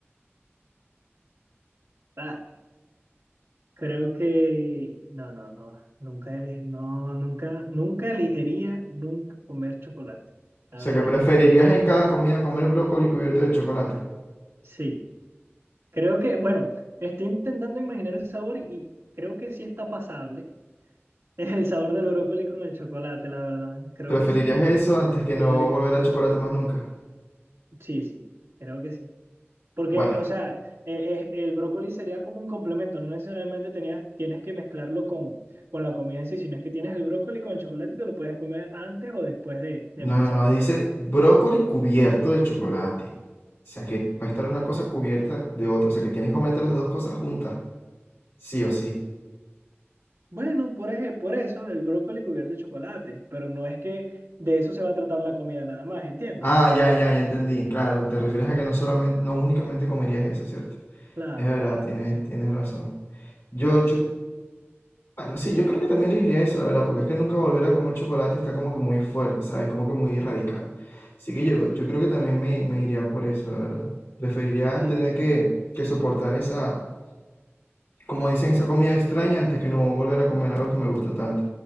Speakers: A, on the right (about 80°); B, on the left (about 65°).
A: ah, creo que no, no, no, nunca ele- no, nunca, nunca elegiría nunca comer chocolate, la
B: O sea,
A: verdad.
B: que preferirías en cada comida comer brócoli cubierto de chocolate.
A: Sí, creo que, bueno, estoy intentando imaginar el sabor y creo que sí está pasable. <laughs> Es el sabor del brócoli con el chocolate, la verdad. Creo
B: ¿Preferirías
A: que sí,
B: eso antes que
A: podría.
B: no volver a chocolate más nunca?
A: Sí, sí, creo que sí. Porque,
B: Bueno,
A: o sea, eh, eh, el brócoli sería como un complemento, no necesariamente tenías, tienes que mezclarlo con, con la comida en sí, sino es que tienes el brócoli con el chocolate y te lo puedes comer antes o después de, de
B: no,
A: empezar
B: no, no,
A: como
B: dice
A: tal.
B: brócoli cubierto de chocolate. O sea que va a estar una cosa cubierta de otra. O sea que tienes que comerte las dos cosas juntas. Sí o sí.
A: Bueno, por, ej- por eso el brócoli cubierto de chocolate, pero no es que de eso se va a tratar la comida nada más, ¿entiendes?
B: Ah, ya, ya, ya entendí. Claro, te refieres a que no solamente, no únicamente comerías eso, ¿cierto?
A: Claro,
B: Es verdad,
A: claro,
B: tienes,
A: entonces.
B: tienes razón. Yo, yo, bueno, sí, yo creo que también elegiría eso, la verdad, porque es que nunca volver a comer chocolate está como que muy fuerte, ¿sabes? Como que muy radical. Así que yo, yo creo que también me, me iría por eso, la verdad. Preferiría
A: Sí,
B: tener
A: sí,
B: que,
A: sí.
B: que soportar esa como dicen, esa comida extraña antes que no volver a comer algo que me gusta tanto.